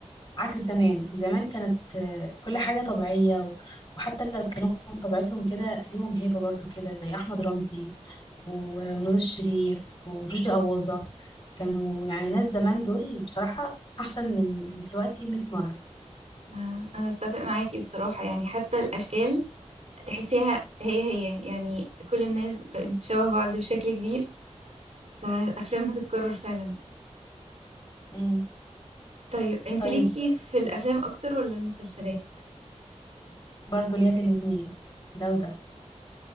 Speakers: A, on the left (about 40°); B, on the right (about 65°).
A: عكس زمان زمان كانت آه، كل حاجة طبيعية و- وحتى لو اتكلموا بطبيعتهم كده ليهم هيبة برضه كده زي أحمد رمزي و- ونور الشريف ورشدي أباظة كانوا يعني ناس زمان دول بصراحة أحسن من دلوقتي 100 مرة
B: آه، أنا أتفق معاكي بصراحة يعني حتى الأشكال تحسيها هي هي يعني كل الناس بقت
A: مم.
B: شبه بعض بشكل كبير فالأفلام بتتكرر فعلا
A: مم.
B: طيب أنت
A: طيب
B: ليكي في الأفلام أكتر ولا المسلسلات؟
A: برضو ليا في الاتنين ده وده